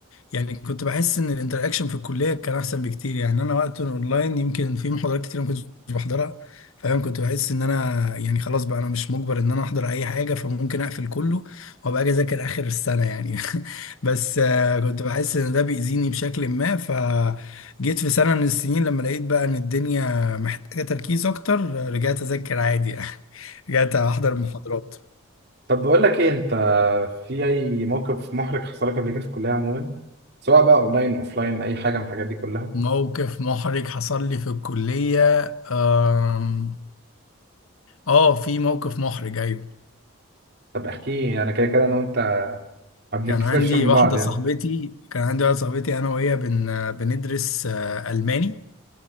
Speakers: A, on the left (about 70°); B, on the right (about 50°).
A: يعني كنت بحس ان الانتراكشن في الكليه كان احسن بكتير يعني انا وقت اونلاين يمكن في محاضرات كتير ما كنتش بحضرها فاهم كنت بحس ان انا يعني خلاص بقى انا مش مجبر ان انا احضر اي حاجه فممكن اقفل كله وابقى اجي اذاكر اخر السنه يعني <laughs> بس آه، كنت بحس ان ده بيأذيني بشكل ما فجيت في سنه من السنين لما لقيت بقى ان الدنيا محتاجه تركيز اكتر آه، رجعت اذاكر عادي يعني <laughs> رجعت احضر محاضرات
B: طب بقول لك ايه انت في اي موقف محرج حصل لك قبل كده في الكليه عموما سواء بقى اونلاين اوفلاين اي حاجه من الحاجات دي كلها
A: موقف محرج حصل لي في الكليه آم، اه في موقف محرج ايوه
B: طب احكي انا كده كده انا وانت ما بنتكسفش
A: كان عندي
B: من
A: واحده
B: بعض يعني
A: صاحبتي كان عندي واحده صاحبتي انا وهي بن بندرس آه، الماني